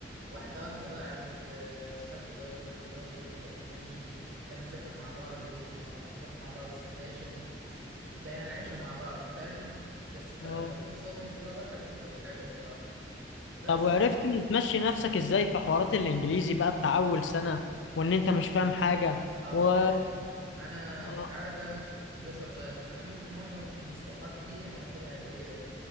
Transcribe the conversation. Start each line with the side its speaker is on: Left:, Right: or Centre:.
Right: واحدة واحدة بقى عرفت آه، صاحبت ده وصاحبت ده والدنيا بقت تمشي بقينا نذاكر مع بعض الدنيا نروح مع بعض السكاشن بقينا نعيشها مع بعض فاهم بس انت
Left: اه
Right: لما تاخد الصدمه دي كلها لوحدك بتبقى متعبه بصراحه بس
Left: طب وعرفت تمشي نفسك ازاي في حوارات الانجليزي بقى بتاع اول سنة وان انت مش فاهم حاجة
Right: هقول
Left: و
Right: لك انا انا
Left: آه،
Right: انت عارف بقى ان انا كنت مدرسه لغات فانا مز- معظم المصطلحات دي انا واخدها قبل كده